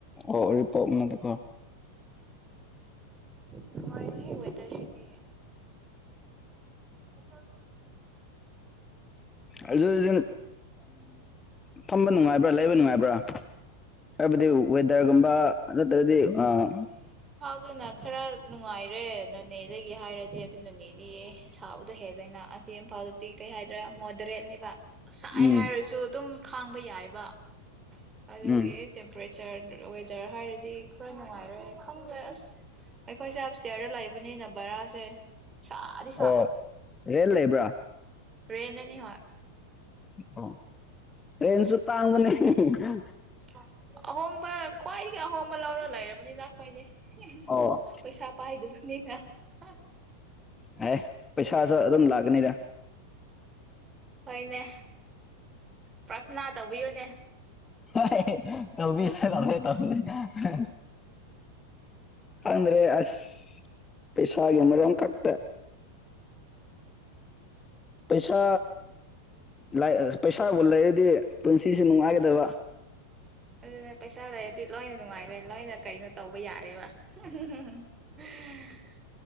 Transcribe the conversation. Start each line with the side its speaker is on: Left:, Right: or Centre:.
Left: ꯑꯣ ꯎꯔꯤꯄꯣꯛꯅ ꯇꯀꯣ
Right: ꯅꯨꯉꯥꯏꯔꯦ ꯍꯦ ꯋꯦ ꯇꯔ ꯁꯤꯗꯤ ꯎꯝ
Left: ꯑꯗꯨꯖꯤ ꯐꯝꯕ ꯅꯨꯡꯉꯥꯏꯕ꯭ꯔꯥ ꯂꯩꯕ ꯅꯨꯡꯉꯥꯏꯕ꯭ꯔꯥ ꯍꯥꯏꯕꯗꯤ ꯋꯦꯗꯔꯒꯨꯝꯕ ꯅꯠꯇꯒꯗꯤ ꯑꯥ
Right: ꯑꯗꯨꯅ ꯈꯔ ꯅꯨꯡꯉꯥꯏꯔꯦ ꯅꯣꯅꯦꯗꯒꯤ ꯍꯥꯏꯔꯗꯤ ꯑꯗꯨ ꯅꯣꯅꯦꯗꯤ ꯁꯥꯕꯗ ꯍꯦꯜꯂꯦꯅ ꯑꯁꯤ ꯏꯝꯐꯥꯜꯗꯗꯤ ꯀꯩ ꯍꯥꯏꯗ꯭ꯔꯥ ꯃꯣꯗꯔꯦꯠꯅꯤꯕ ꯁꯥꯏ
Left: ꯎꯝ
Right: ꯍꯥꯏꯔꯁꯨ ꯑꯗꯨꯝ ꯈꯥꯡꯕ ꯌꯥꯏꯕ ꯑꯗꯨꯒꯤ
Left: ꯎꯝ
Right: ꯇꯦꯝꯄꯔꯦ ꯆꯔ ꯗꯨ ꯋꯦꯗꯔ ꯍꯥꯏꯔ ꯗꯤ ꯈꯔ ꯅꯨꯡꯉꯥꯏꯔꯦ ꯈꯪꯗꯦ ꯑꯁ ꯑꯩꯈꯣꯏꯁꯦ ꯑꯞ ꯁ꯭ꯇꯤꯌꯥꯔꯗ ꯂꯩꯕꯅꯤꯅ ꯕꯔꯥꯁꯦ ꯁꯥꯗꯤ ꯁꯥꯕ
Left: ꯑꯣ ꯔꯦꯟ ꯂꯩꯕ꯭ꯔꯥ
Right: ꯔꯦꯟꯗꯅꯤ ꯍꯣꯏ
Left: ꯑꯣ ꯔꯦꯟꯁꯨ ꯇꯥꯡꯕꯅꯦ ꯍꯤ ꯍꯤ ꯍ
Right: <unintelligible> ꯑꯍꯣꯡꯕ ꯈ꯭ꯋꯥꯏꯗꯒꯤ ꯑꯍꯣꯡꯕ ꯂꯧꯔꯒ ꯂꯩꯔꯕꯅꯤꯗ ꯑꯈꯣꯏꯗꯤ ꯍꯤ ꯍꯤ
Left: ꯑꯣ
Right: ꯍꯤ ꯄꯩꯁꯥ ꯄꯥꯏꯗꯦꯕ ꯅꯦ ꯍꯥ ꯍꯥ
Left: ꯑꯥꯏ ꯄꯩꯁꯥꯁꯨ ꯑꯗꯨꯝ ꯂꯥꯛꯀꯅꯤꯗ
Right: ꯍꯣꯏꯅꯦ ꯄ꯭ꯔꯊꯅꯥ ꯇꯧꯕꯤꯌꯣꯅꯦ
Left: ꯍꯣꯏ ꯍꯦ ꯍꯦ ꯍꯍ ꯇꯧꯕꯤꯒꯦ ꯇꯧꯒꯦ ꯇꯧꯒꯦ ꯍꯍ ꯍ ꯈꯪꯗ꯭ꯔꯦ ꯑꯁ ꯄꯩꯁꯥꯒꯤ ꯃꯔꯝ ꯈꯛꯇ ꯄꯩꯁꯥ ꯂꯥꯏꯔꯑꯁꯨ ꯄꯩꯁꯥ ꯂꯩꯔꯗꯤ ꯄꯨꯟꯁꯤꯁꯤ ꯅꯨꯡꯉꯥꯏꯒꯗꯕ
Right: ꯑꯗꯨꯅ ꯄꯩꯁꯥ ꯂꯩꯔꯗꯤ ꯂꯣꯏꯅ ꯅꯨꯡꯉꯥꯏꯔꯦ ꯂꯣꯏꯅ ꯀꯩꯅꯣ ꯇꯧꯕ ꯌꯥꯔꯦꯕ ꯍꯨꯡ ꯍꯨꯡ ꯍꯨꯡ ꯍꯨꯡ ꯍꯍ